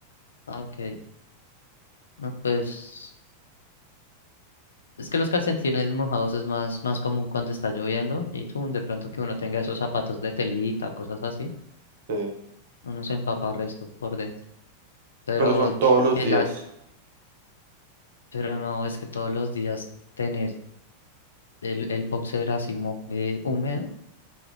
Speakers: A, on the left; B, on the right.
A: Ah, Ok. No, pues es que los calcetines mojados es más, más común cuando está lloviendo y tú, de pronto que uno tenga esos zapatos de telita o cosas así,
B: Sí,
A: uno se empapa resto por dentro. Pero
B: pero son todos
A: que,
B: los
A: que
B: días.
A: la, pero no, es que todos los días tener el, el boxer así mo- eh, húmedo,